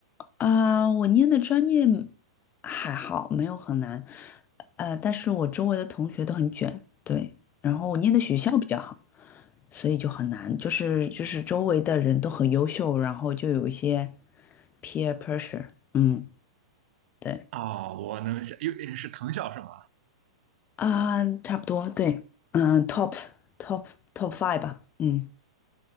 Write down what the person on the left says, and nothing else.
啊，我念的专业还好，没有很难，呃，但是我周围的同学都很卷，对，然后我念的学校比较好，所以就很难，就是就是周围的人都很优秀，然后就有一些 peer pressure，嗯，对，
啊，差不多，对，嗯，top top top five 吧，嗯